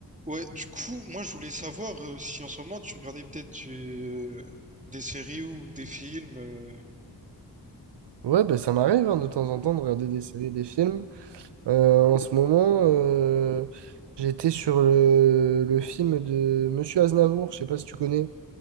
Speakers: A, on the right; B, on the right.
A: Ouais, du coup, moi je voulais savoir euh, si en ce moment tu regardais peut-être euh, des séries ou des films. euh.
B: Ouais, ben ça m'arrive hein, de temps en temps de regarder des séries, des films. Euh, en ce moment, euh, j'étais sur le, le film de Monsieur Aznavour. Je sais pas si tu connais.